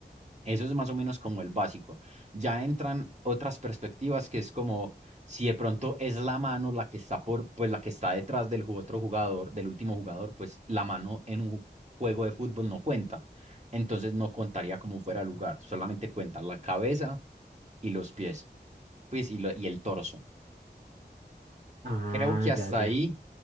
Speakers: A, on the right; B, on the right.
A: Eso es más o menos como el básico. Ya entran otras perspectivas que es como si de pronto es la mano la que está por, pues la que está detrás del ju- otro jugador, del último jugador, pues la mano en un juego de fútbol no cuenta. Entonces no contaría como fuera de lugar, solamente cuentan la cabeza y los pies, pues y, lo- y el torso.
B: Ah,
A: Creo que hasta
B: ya, ya.
A: ahí